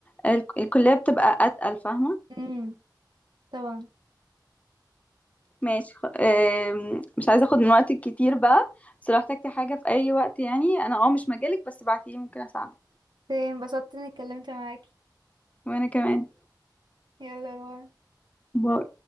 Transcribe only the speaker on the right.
امم طبعا
اوكي، انبسطت اني اتكلمت معاكي
يلا باي